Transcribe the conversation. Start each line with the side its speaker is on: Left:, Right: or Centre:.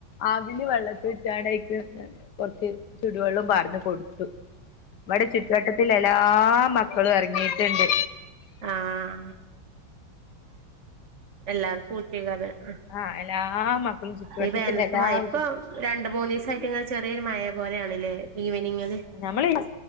Left: അവില് വെള്ളത്തിലിട്ടാണേക്ക് കൊറച്ച് ചുടുവെള്ളോം പാർന്ന്കൊടുത്തു നമ്മടെ ചുറ്റുവട്ടത്തില് എല്ലാ മക്കളും എറങ്ങീട്ടുണ്ട്
Right: ആഹ് എല്ലർക്കു <unintelligible>
Left: ആഹ് എല്ലാ മക്കളും ചുറ്റുവട്ടത്തിൽ
Right: ഈ വേനൽത്ത്
Left: എല്ലാ
Right: മയ ഇപ്പം
Left: വീട്ട
Right: രണ്ടുമൂന്നീസായിട്ട് ഇങ്ങനെ ചെറിയൊരു മഴ പോലെയാണല്ലേ ഈവനിങ്ങില്
Left: ഞമ്മള്